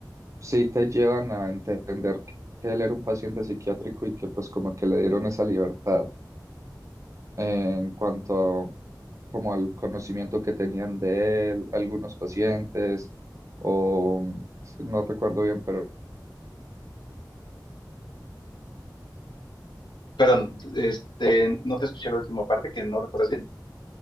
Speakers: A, on the right (about 45°); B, on the left (about 85°).
A: sí te llevan a entender que que él era un paciente psiquiátrico y que pues como que le dieron esa libertad eh, en cuanto a, como al conocimiento que tenían de él algunos pacientes o si no recuerdo bien, pero
B: Pero este, no te escuché la última parte, que no recuerdas bien.